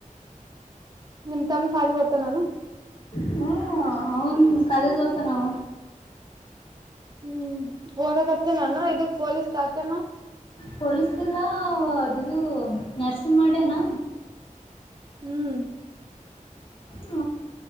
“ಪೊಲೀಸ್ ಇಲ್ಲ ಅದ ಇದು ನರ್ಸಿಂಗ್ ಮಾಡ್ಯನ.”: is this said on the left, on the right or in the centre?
Left